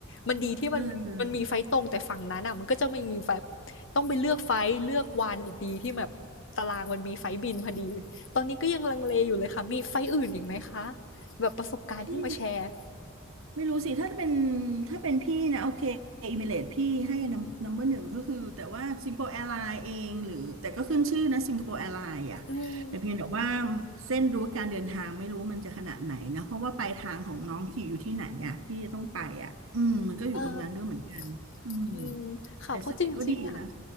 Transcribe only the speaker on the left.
มันดีที่มันมันมีไฟล์ตรงแต่ฝั่งนั้นอ่ะมันก็จะมีแบบ
ต้องไปเลือกไฟล์เลือกวันอีกดีที่แบบตารางมันมีไฟล์บินพอดี ตอนนี้ก็ยังลังเลอยู่เลยค่ะ มีไฟท์อื่นอีกไหมคะ แบบประสบการณ์ที่มาแชร์
อืม
เออ อืมค่ะเพราะจริงๆอะ